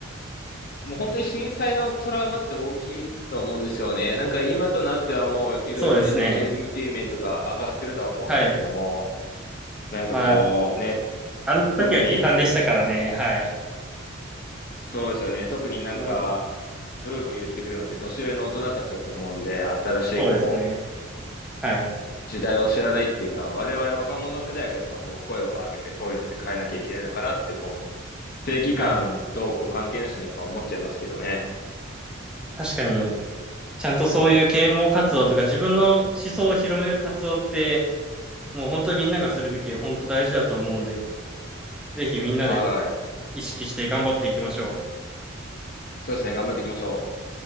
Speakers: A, on the left; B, in the centre.
A: もう本当に震災のトラウマって大きいと思うんですよね。なんか今となってはもういろいろね、
B: そうですね。
A: セキュリティ面とか上がってるとは思うんですけども、
B: はい。
A: なんかこうね、
B: まあ、あの時は悲惨でしたからね。
A: 特に
B: はい。
A: そうですよね。特になんか、
B: もうい、
A: ブーブー言ってくるのって年上の大人たちだと思うんで、新しいこ
B: あ、そうですね。はい。
A: う、時代を知らないっていうか、我々若者世代がやっぱこう、声を上げてこういうのって変えなきゃいけないのかなってこう、正義感どうこう関係なしにやっぱ思っちゃいますけどね。
B: はい。確かに、ちゃんとそういう啓蒙活動とか自分の思想を広める活動って、もう本当にみんながするべき、本当大事だと思うんで、ぜひみんなで
A: はい。
B: 意識して頑張っていきましょう。
A: そうですね。頑張っていきましょう。